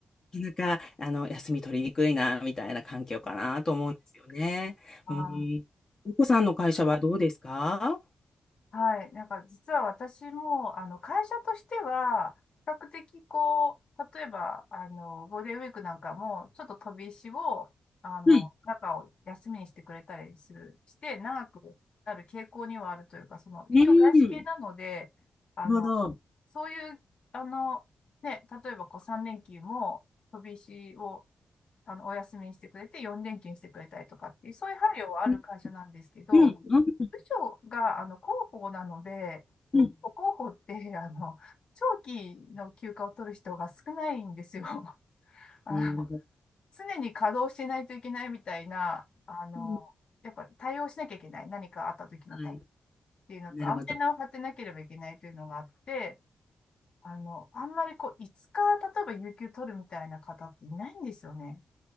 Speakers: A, on the left (about 30°); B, on the left (about 55°).
A: なかなか、あの、休み取りにくいな、みたいな環境かなと思うんですよね。
B: ああー
A: うん。ゆうこさんの会社はどうですか
B: はい。なんか実は私も、あの、会社としては、比較的こう、例えば、あの、ゴールデンウィークなんかも、ちょっと飛び石を、あの、
A: はい。
B: 中を休みにしてくれたりする、して、長くなる傾向にはあるというか、その、一応外資系なので、
A: うん。
B: あの、
A: なるほど。
B: そういう、あの、ね、例えばこう3連休も飛び石をあの、お休みにしてくれて、4連休にしてくれたりとかっていう、そういう配慮はある会社なんですけど、
A: うん。うん。
B: 部署が、あの、広報なので、
A: うん。
B: 広報って、あの、長期の休暇を取る人が少ないんですよ。<laughs> あの、
A: なるほど。
B: 常に稼働してないといけないみたいな、あの、
A: うん
B: やっぱり対応しなきゃいけない。何かあった時のためっ
A: はい。
B: ていうのと、
A: なるほど。
B: アンテナを張ってなければいけないというのがあって、あの、あんまりこう、5日、例えば有給取るみたいな方っていないんですよね。